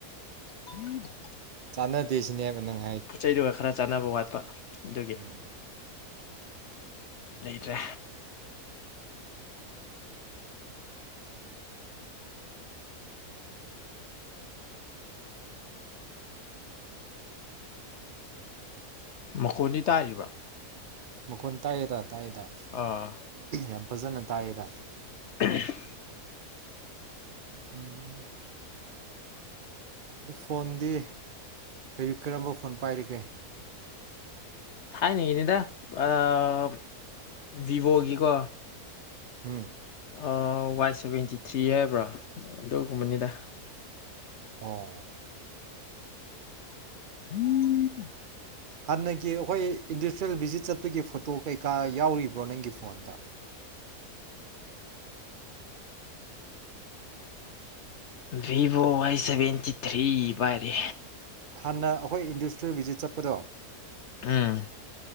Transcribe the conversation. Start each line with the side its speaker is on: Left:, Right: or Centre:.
Left: <inaudible>
Right: ꯆꯥꯟꯅꯗꯁꯅꯦ ꯪ <inaudible>
Left: ꯄꯣꯠ ꯆꯩꯗꯨꯒꯥ ꯈꯔ ꯆꯥꯟꯅꯕ ꯋꯥꯠꯄ ꯑꯗꯨꯒꯤ
Right: ꯎꯝ
Left: ꯂꯩꯇ꯭ꯔꯦ ꯃꯈꯣꯟꯅꯤ ꯇꯥꯔꯤꯕ
Right: ꯃꯈꯣꯟ ꯇꯥꯏꯌꯦꯗꯥ ꯇꯥꯏꯗ
Left: ꯑꯥ
Right: ꯌꯥꯝ ꯐꯖꯅ ꯇꯥꯏꯌꯦꯗ
Left: <inaudible>
Right: ꯎꯨꯝ ꯑꯗꯨ ꯐꯣꯟꯗꯤ ꯀꯔꯤ ꯀꯔꯝꯕ ꯐꯣꯟ ꯄꯥꯏꯔꯤꯒꯦ?
Left: ꯊꯥꯏꯅꯒꯤꯅꯤꯗ ꯑꯝ ꯑ ꯚꯤꯚꯣꯒꯤꯀꯣ
Right: ꯎꯨꯝ
Left: ꯑꯥ ꯋꯥꯏ ꯁꯦꯚꯦꯟꯇꯤ-ꯊ꯭ꯔꯤ ꯍꯥꯏꯕ꯭ꯔꯥ ꯑꯗꯨꯒꯨꯝꯕꯅꯤꯗ
Right: ꯑꯣ
Left: ꯍꯨꯝꯝ
Right: ꯍꯥꯟꯅꯒꯤ ꯑꯈꯣꯏ ꯏꯟꯗꯁꯇ꯭ꯔꯤꯌꯦꯜ ꯚꯤꯖꯤꯠ ꯆꯠ ꯄꯥꯒꯤ ꯐꯣꯇꯣ ꯀꯩ-ꯀꯥ ꯌꯥꯎꯔꯤꯕ꯭ꯔꯣ ꯅꯪꯒꯤ ꯐꯣꯟꯗ
Left: ꯚꯤꯚꯣ ꯋꯥꯏ ꯁꯦꯚꯦꯟꯇꯤ ꯊ꯭ꯔꯤ ꯄꯥꯏꯔꯤ
Right: ꯍꯥꯟꯅ ꯑꯈꯣꯏ ꯏꯟꯗꯁꯇ꯭ꯔꯤꯌꯦꯜ ꯚꯤꯖꯤꯠ ꯆꯠꯄꯗꯣ
Left: ꯎꯨꯝ